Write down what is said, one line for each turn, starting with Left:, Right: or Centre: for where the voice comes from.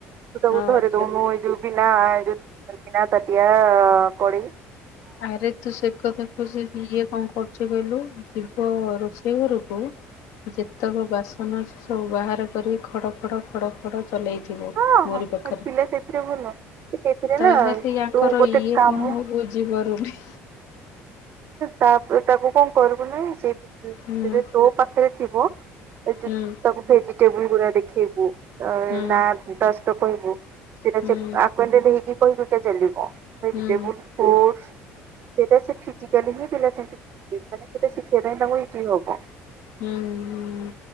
Right: ତୁ ତାକୁ
Left: ଆଉ
Right: ଧରି
Left: ଆଚ୍ଛା।
Right: ଦଉନୁ ଏ ଜୁବନାୁବିନା ତାଟିଆ କୋଡି।
Left: ଆରେ ତୁ ସେ କଥା କୁ ଇଏ କଣ କରୁଛୁ। ଛିଗ ଯିବ ରୋ ସେେଇ ଘରେକୁ। ଯେତେକ ବାସନ ଅଛି ସବୁ ବାହାର କରି ଖଡ଼ ଖଡ଼ ଚଲେଇଥିବ
Right: ହଁ
Left: ମୋରି
Right: ହଁ
Left: ପାଖରେ
Right: ପିଲା ସେଥିରେ ଭଲ ସେଥିରେ
Left: ତାହେଲେ
Right: ନା
Left: ତାଙ୍କର
Right: ତୁ ଗୋଟେ
Left: ଇଏ
Right: କାମ
Left: କଣ ମୁଁ ବୁଝିପାରୁନି।
Right: ତାକୁ କଣ କରିବୁନା ସେଯେ
Left: ହୁଁ
Right: ତୋ ପାଖରେ ଥିବ। ତାଙ୍କୁ
Left: ହୁଁ
Right: ଭେଜିଟେବୁଲ ଗୁଡା ଦେଖେଇବୁ।
Left: ହୁଁ
Right: ନା ତା ସହିତ କହିବୁ ସିଏ
Left: ହୁଁ
Right: ଯେତେ ଆକୁଏଣ୍ଟେଡ କହିକି ସେଇଟା ଚାଲିବ। ଭେଜିଟେବଲ୍
Left: ହୁଁ
Right: ଫ୍ରୁଟସ୍ ସେଇଟା ସିଖିଚି। ହେଲେ ହିଁ ପିଲା ସେମିତି ଶିଖିବ ମାନେ ସେଟ ଶିଖିବା ପାଇଁ ତାଙ୍କୁ ଇଯି ହବ।
Left: ହୁଁ ହୁଁ।